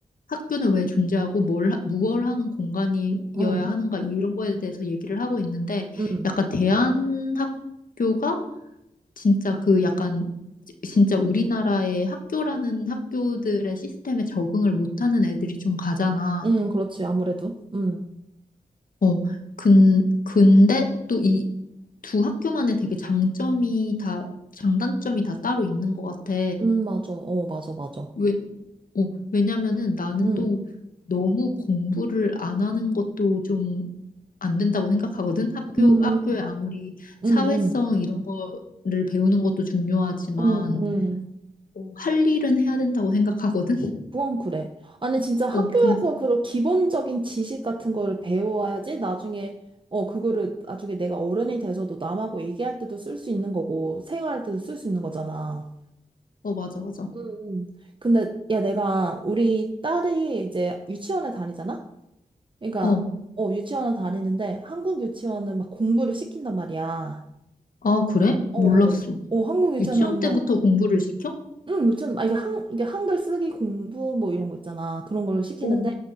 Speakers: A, on the left; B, on the right.
A: 학교는 왜 존재하고 뭘, 하- 무얼 하는 공간이어야
B: 응,
A: 하는가 이런 거에 대해서 얘기를 하고 있는데
B: 응,
A: 약간 대한학교가 진짜 그 약간 진짜 우리나라의 학교라는 학교들의 시스템에 적응을 못하는 애들이 좀 가잖아.
B: 응, 그렇지. 아무래도. 응,
A: 어, 근, 근데 또 이 두 학교만의 되게 장점이 다, 장단점이 다 따로 있는 것 같아.
B: 응, 맞아. 어, 맞아, 맞아.
A: 왜, 어, 왜냐면은 나는
B: 응,
A: 또 너무 공부를 안 하는 것도 좀 안 된다고 생각하거든. 학교,
B: 응,
A: 학교에 아무리 사회성
B: 응, 응,
A: 이런 거를 배우는 것도 중요하지만,
B: 응, 응.
A: 어, 할 일은 해야 된다고 생각하거든.
B: 그건 그래. 아니, 진짜 학교에서
A: 어, 근,
B: 그런 기본적인 지식 같은 거를 배워야지 나중에, 어, 그거를 나중에 내가 어른이 돼서도 남하고 얘기할 때도 쓸 수 있는 거고, 생활할 때도 쓸 수 있는 거잖아.
A: 어, 맞아, 맞아.
B: 응, 응. 근데, 야, 내가 우리 딸이 이제 유치원에 다니잖아? 그러니까,
A: 어,
B: 어, 유치원에 다니는데 한국 유치원은 막 공부를 시킨단 말이야.
A: 아, 그래?
B: 어,
A: 몰랐어.
B: 어, 어, 한국 유치원은
A: 유치원 때부터
B: 뭐
A: 공부를 시켜?
B: 응, 유치원, 아, 이게 한, 이게 한글 쓰기 공부 뭐 이런 거 있잖아. 그런 걸 시키는데,
A: 오,